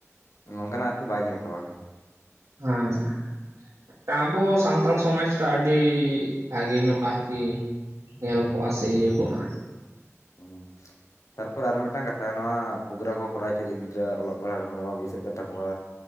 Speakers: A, on the left; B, on the right.
A: ᱱᱚᱝᱠᱟᱱᱟᱜ ᱟᱨᱠᱤ ᱵᱟᱭ ᱧᱮᱞ ᱠᱚᱣᱟ
B: ᱚᱸ ᱟᱵᱚ ᱥᱟᱱᱛᱟᱲ ᱥᱚᱢᱟᱡᱽᱴᱟᱜ ᱟᱹᱰᱤ ᱵᱷᱟᱜᱮ ᱧᱚᱜ ᱟᱨᱠᱤ ᱧᱮᱞ ᱠᱚᱜᱼᱟ ᱥᱮ ᱤᱭᱟᱹ ᱠᱚᱜᱼᱟ
A: <unintelligible> ᱛᱟᱨᱯᱚᱨ ᱟᱨ ᱢᱤᱫᱴᱟᱝ ᱠᱟᱛᱷᱟ ᱱᱚᱣᱟ ᱯᱨᱳᱜᱨᱟᱢ ᱠᱚ ᱠᱚᱨᱟᱣ ᱦᱚᱪᱚᱭᱮᱫᱟ ᱜᱤᱫᱽᱨᱟᱹᱟᱜ ᱚᱞᱚᱜ ᱯᱟᱲᱦᱟᱜ ᱨᱮ ᱢᱚᱱᱮ ᱵᱟᱝ ᱵᱟᱹᱭᱥᱟᱹᱜ ᱠᱟᱱ ᱛᱟᱠᱚᱣᱟ᱾